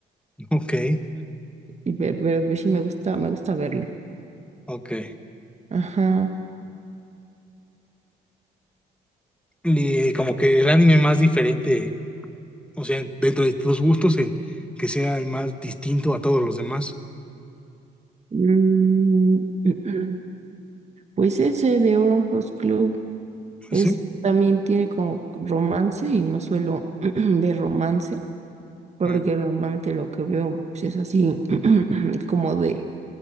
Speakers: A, in the centre; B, on the right.
A: <laughs> ok,
B: Y pe- pero, pues sí me gusta, me gusta verlo.
A: ok.
B: Ajá.
A: Y como que el anime más diferente, o sea, dentro de tus gustos, el que sea el más distinto a todos los demás.
B: Mm, <clears throat> Pues ese de Orange Host Club es
A: ¿Sí?
B: también tiene como romance y no suelo <clears throat> ver romance, porque
A: Mm.
B: normalmente lo que veo pues, es así <clears throat> como de